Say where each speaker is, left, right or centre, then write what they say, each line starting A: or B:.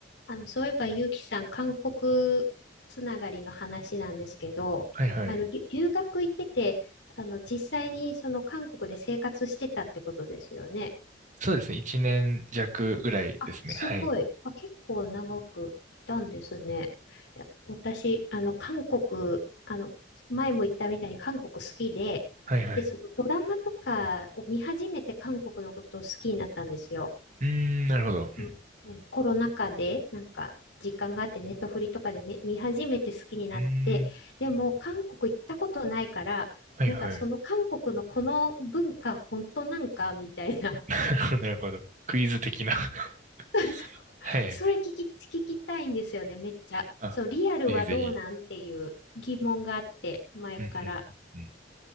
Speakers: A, on the left (about 65°); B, on the right (about 40°).
A: あの、そういえば、ゆうきさん、韓国つながりの話なんですけど、
B: はいはい。
A: あの、り留学行ってて、あの、実際にその韓国で生活してたってことですよね。
B: そうですね。一年弱ぐらいですね。
A: あ、すごい。
B: はい。
A: あ、結構長くいたんですね。いや、私、あの、韓国、あの、前も言ったみたいに韓国好きで、
B: はいはい。
A: で、そのドラマとかを見始めて韓国のことを好きになったんですよ。
B: うーん、なるほど。
A: あのうんコロナ禍で、なんか、時間があって、ネットフリとかでめ見始めて好きになって、
B: うんうんうんうーん、
A: でも、韓国行ったことないから、
B: はいはい。
A: なんか、その韓国のこの文化、本当なんか、みたいな。
B: <laughs>
A: <laughs>
B: なるほど、なるほど。クイズ的な <laughs>
A: そうそう
B: はいはい。
A: それ聞き、聞きたいんですよね、めっちゃ。
B: あ、
A: そう、リアルはどうなんっていう疑問があって、
B: ぜひぜひ。
A: 前から。
B: うんうんうんうん。